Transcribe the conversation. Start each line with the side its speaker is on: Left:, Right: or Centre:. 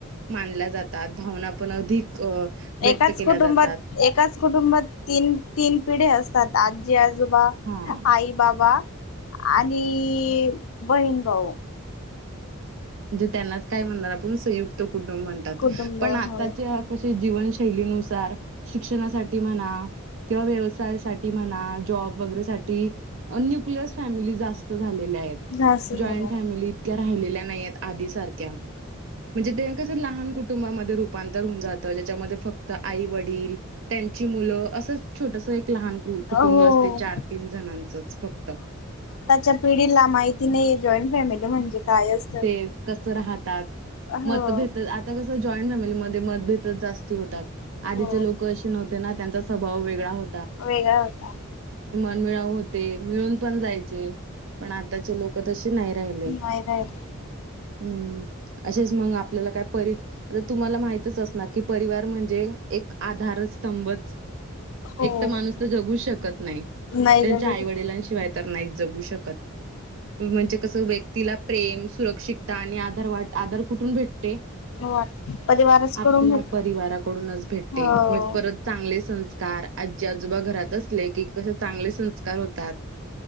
Right: मानल्या जातात भावना पण अधिक अ, व्यक्त
Left: एकाच
Right: केल्या
Left: कुटुंबात
Right: जातात.
Left: एकाच कुटुंबात तीन तीन पिढी असतात आजजी आजोबा आजोबा
Right: हां
Left: आई बाबा आणि बहीण भाऊ.
Right: णे त्यांना काय म्हण आपण संयुक्त कुटुंब म्हणतात
Left: कुटुंब
Right: पण
Left: हो
Right: आताच्या कशी जीवनशैलीनुसार शिक्षणासाठी म्हणा. किंवा व्यवसाय साठी म्हणा जॉब वगैरे सा न्युक्लिअस फॅमिली जास् झालेल्या आहेत
Left: जास्त झालं
Right: जॉईंट फॅमिली इतक्या राहिल्या नाही आहेत आधी सारख्या म्हणजे ते कचं लहान कुटुंबामध्ये रुपांतर होऊन जातं ज्याच्यामध्ये फक्त आई वडील त्यांची मुलं असंच छोटस एक. लहान कुटुंब
Left: हो
Right: असते चार तीन जणांचच फक्त
Left: च्या पिढीला माहिती नाहीये जॉईंट फॅमिली म्हणजे काय असतं.
Right: ते कस राहतात
Left: हो
Right: मतभेद आता कस. ज फमली मत जा होतात आधीचे
Left: हो
Right: लोक असे नव्हते ना त्यांचा स्वभव वेगळा हो.
Left: वेगळा होता.
Right: मिळा होते मिळून पण जायचे पण आताचे लोक तसे नाही राहिले.
Left: नाही राहिला.
Right: हम्म. असेच मग आपल्याला काय पर तुम्हाला माहितच असणार की परिवार म्हणजे एक आधार ंभच
Left: हो
Right: एक तर माणूस तर जगू शकत नाही.
Left: नाही
Right: त्यांच्या
Left: जगू
Right: आई
Left: शकत
Right: वडलांशिवाय तर नाही जगू शकत म्हणजे कस व्यक्तीला प्रेम सुरक्षितता आणि आधार वाट आधार कुठून भेटते.
Left: हो परिवारच
Right: आपल्या
Left: कडून भेटतो.
Right: परिवाराकडूनच भेटते
Left: हो
Right: म परत चांगले सं कार आजी आजोबा घरात असले की कसे चांगले संस्कार होतात.